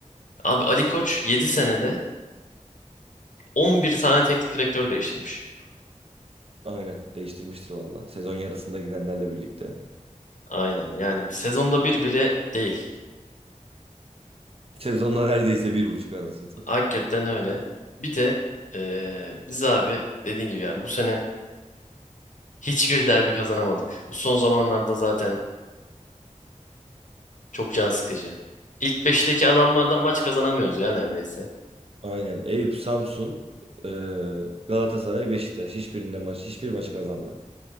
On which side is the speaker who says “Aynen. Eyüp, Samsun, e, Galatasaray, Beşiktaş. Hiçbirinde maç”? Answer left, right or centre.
Right